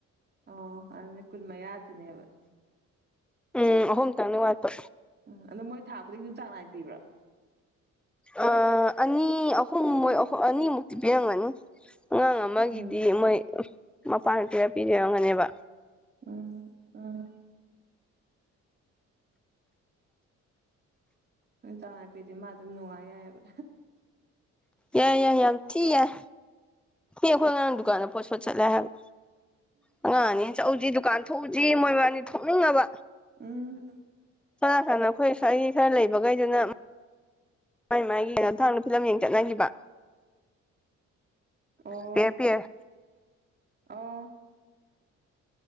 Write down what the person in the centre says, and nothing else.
ꯎꯝ ꯑꯍꯨꯝ ꯇꯪꯅꯤ ꯋꯥꯠꯕ
ꯑ ꯑꯅꯤ ꯑꯍꯨꯝ ꯃꯣꯏ ꯑꯅꯤꯃꯨꯛꯇꯤ ꯄꯤꯔꯝꯒꯅꯤ ꯑꯉꯥꯡ ꯑꯃꯒꯤꯗꯤ
ꯃꯣꯏ ꯃꯄꯥ ꯈꯔ ꯄꯤꯖꯔꯝꯒꯅꯦꯕ
ꯌꯥꯏ ꯌꯥꯏ ꯌꯥꯝ ꯊꯤ ꯌꯥꯢ ꯃꯤ ꯑꯩꯈꯣꯏ ꯑꯉꯥꯡ ꯗꯨꯀꯥꯟꯗ ꯄꯣꯠ ꯁꯣꯠ ꯆꯠꯂꯦ ꯍꯥꯏꯕ ꯑꯉꯥꯡ ꯑꯅꯤ ꯆꯠꯎꯁꯤ ꯗꯨꯀꯥꯟ ꯊꯣꯛꯎꯁꯤ ꯃꯣꯏꯕꯥꯅꯤ ꯊꯣꯛꯅꯤꯡꯉꯕ
ꯀꯥꯟꯅ ꯑꯩꯈꯣꯏ ꯁ꯭ꯋꯥꯏꯒꯤ ꯈꯔ ꯂꯩꯕꯈꯩꯗꯨꯅ ꯃꯥꯏ ꯃꯥꯥꯏꯒꯤꯅ ꯀꯩꯅꯣ ꯇꯧꯔꯒ ꯐꯤꯂꯝ ꯌꯦꯡ ꯆꯠꯅꯈꯤꯕ
ꯄꯤꯌ꯭ꯔ ꯄꯤꯌ꯭ꯔ